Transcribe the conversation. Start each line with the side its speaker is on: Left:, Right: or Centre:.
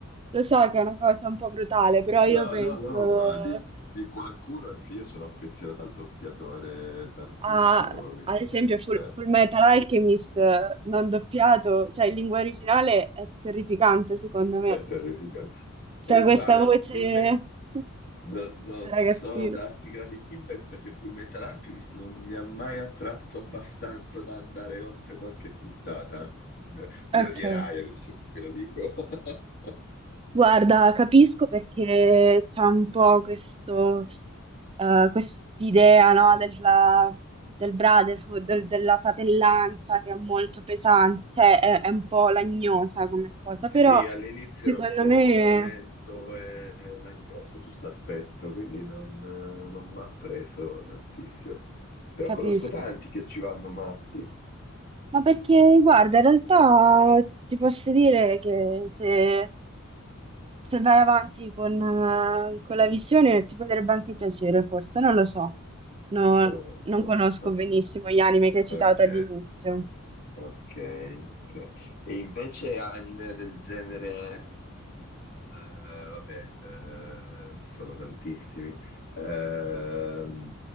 Right: lo so che è una cosa un po' brutale, però
Left: No,
Right: io penso.
Left: no, no, ma di, di qualcuno anche io sono affezionato al doppiatore tantissimo,
Right: a,
Left: quindi
Right: ad esempio, Full,
Left: eh,
Right: Full Metal Alchemist eh, non doppiato, cioè in lingua originale è terrificante, secondo me.
Left: è terrificante.
Right: C'è
Left: E guarda,
Right: questa voce
Left: Full, Me-
Right: <laughs>
Left: No- non
Right: da ragazzino.
Left: so darti grandi feedback perché Fullmetal Alchemist non mi ha mai attratto abbastanza da andare oltre qualche puntata. Mi mi
Right: Ok.
Left: odierai adesso che lo dico. <laughs>
Right: Guarda, capisco perché c'è un po' questo, eh, quest'idea, no, della, del brotherhood, del- della fratellanza che è molto pesante, cioè è, è un po' lagnosa come cosa,
Left: Sì,
Right: però
Left: all'inizio
Right: secondo
Left: è un po'
Right: me
Left: lento e lagnoso su questo aspetto, quindi non, non mi ha preso tantissimo. Però
Right: capisco.
Left: conosco tanti che ci vanno matti.
Right: Ma perché, guarda, in realtà ti posso dire che se, se vai avanti con, eh, con la visione ti potrebbe anche piacere, forse, non lo so. No,
Left: Ah,
Right: non
Left: ah,
Right: conosco
Left: ah.
Right: benissimo gli anime che hai citato
Left: Ok.
Right: all'inizio.
Left: Ok, ok. E invece anime del genere, eh, vabbè, eh, sono tantissimi. Ehm,